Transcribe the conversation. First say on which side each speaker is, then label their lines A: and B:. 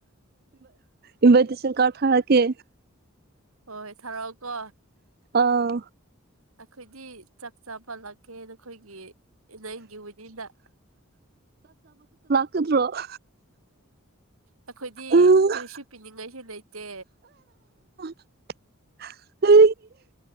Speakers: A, on the right (about 45°); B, on the right (about 80°).
A: ꯏ ꯏꯕꯇꯁꯤꯦꯜ ꯀꯥ ꯊꯔꯀꯦ
B: ꯍꯣꯏ ꯍꯣꯏ ꯊꯥꯔꯛꯑꯣ ꯀꯣ
A: ꯑꯥ
B: ꯑꯩꯈꯣꯏꯗꯤ ꯆꯥꯛ ꯆꯥꯕꯂꯛꯀꯦ ꯅꯈꯣꯏꯒꯤ ꯅ ꯏꯒꯤ ꯕꯨꯗꯤꯗ
A: ꯀꯗ꯭ꯔꯣ <unintelligible>
B: ꯑꯩꯈꯣꯏꯗꯤ
A: ꯑꯥ
B: ꯀꯔꯤꯁꯨ ꯄꯤꯅꯤꯡꯉꯥꯏꯁꯨ ꯂꯩꯇꯦ
A: ꯍ <unintelligible>